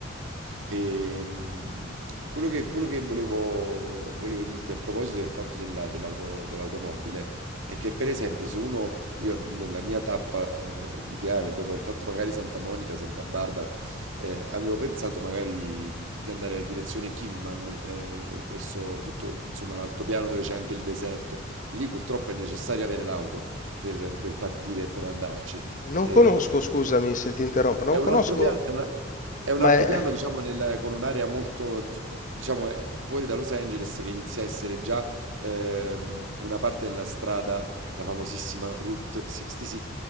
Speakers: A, on the right; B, on the left.
A: E, mh, quello che, quello che volevo, volevo dirti a proposito del fatto della- dell'auto- dell'automobile è che, per esempio, se uno, io nella mia tappa eh, ideale, dopo aver fatto magari Santa Monica, Santa Barbara, eh, avevo pensato magari di, di andare in direzione Kingman, eh, verso tutto, insomma, l'altopiano dove c'è anche il deserto. Lì purtroppo è necessario avere l'auto per, per partire e per andarci.
B: Eh, Non
A: E-
B: conosco, scusami se ti interrompo, non
A: è un
B: conosco,
A: altro piano, è una- è un
B: ma
A: altopiano,
B: è...
A: diciamo, nel- con un'area molto, tu- diciamo, è- è fuori da Los Angeles che inizia a essere già ehm, una parte della strada, la famosissima Route 66,